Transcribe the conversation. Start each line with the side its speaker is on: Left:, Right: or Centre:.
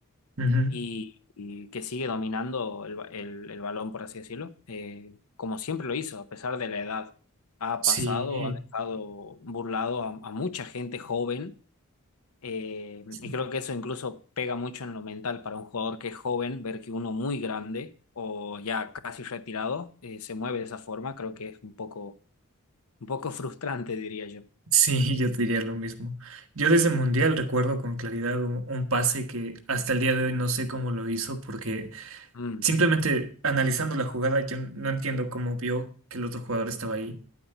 Right: ujú,
Left: y, y que sigue dominando el, ba- el- el balón, por así decirlo, eh, como siempre lo hizo, a pesar de la edad. Ha
Right: Sí.
Left: pasado, ha dejado burlado a, a mucha gente joven eh,
Right: sí.
Left: y creo que eso incluso pega mucho en lo mental para un jugador que es joven, ver que uno muy grande o ya casi retirado eh, se mueve de esa forma, creo que es un poco, un poco <laughs> frustrante, diría yo.
Right: Sí, yo diría lo mismo. Yo desde Mundial recuerdo con claridad un, un pase que hasta el día de hoy no sé cómo lo hizo, porque
Left: Mm,
Right: simplemente analizando la jugada, yo no entiendo cómo vio que el otro jugador estaba ahí.